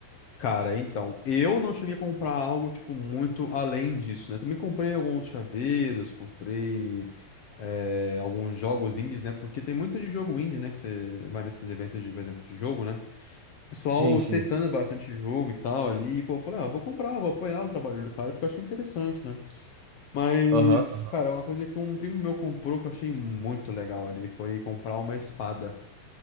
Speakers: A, on the left; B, on the right.
A: Cara, então, eu não cheguei a comprar algo, tipo, muito além disso, né? Também comprei alguns chaveiros, comprei. é, alguns jogos indies, né? Porque tem muito de jogo indie, né? Que você vai nesses eventos de, por exemplo, de jogo, né? O pessoal
B: Sim, sim.
A: testando bastante jogo e tal ali. E, pô, eu falei, ah, eu vou comprar, vou apoiar o trabalho do cara, porque eu achei interessante, né? Mas,
B: Aham.
A: cara, uma coisa que um primo meu comprou que eu achei muito legal ali foi comprar uma espada.